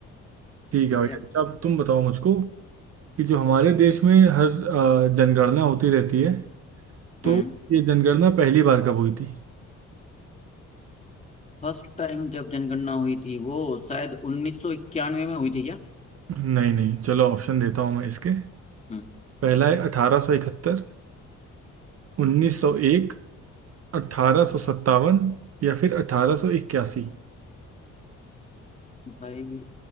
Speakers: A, on the right; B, on the left.
A: ठीक
B: ठीक
A: है भाई
B: है
A: अच्छा अब तुम बताओ मुझको कि जो हमारे देश में हर अ, जनगणना होती रहती है तो
B: हम्म
A: ये जनगणना पहली बार कब हुई थी
B: फर्स्ट टाइम जब जनगणना हुई थी वो शायद 1991 में हुई थी क्या
A: नहीं नहीं चलो ऑप्शन देता हूँ मैं इसके
B: हम्म
A: पहला है अठारह सौ इकहत्तर उन्नीस सौ एक अठारह सौ सत्तावन या फिर अठारह सौ इक्यासी
B: भाई